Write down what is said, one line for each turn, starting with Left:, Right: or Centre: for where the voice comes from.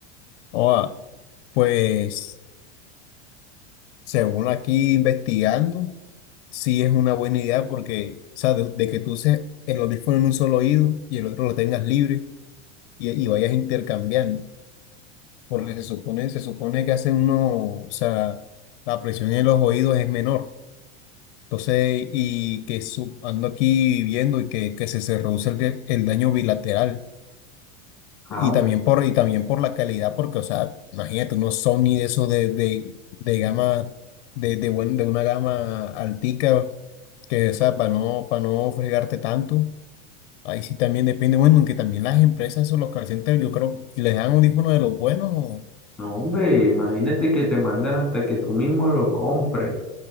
Left: Oh, pues. Según aquí investigando, sí es una buena idea porque, o sea, de, de que tú uses el audífono en un solo oído y el otro lo tengas libre y, y vayas intercambiando, porque
Centre: Ah,
Left: se supone, se supone que hace uno, o sea, la presión en los oídos es menor. Entonces, y que su- ando aquí viendo y que, que se, se reduce el, el daño bilateral.
Centre: ah,
Left: Y también por, y también por la calidad, porque, o sea, imagínate, unos Sony de esos de, de, de gama, de, de, buen- de una gama altica, que, o sea, para no, para no fregarte tanto. Ahí sí también depende, bueno, aunque también las empresas, esos, los call centers, yo creo que les dan audífonos de los buenos. o-
Centre: No, hombre, imagínate que te mandan hasta que tú mismo lo compres.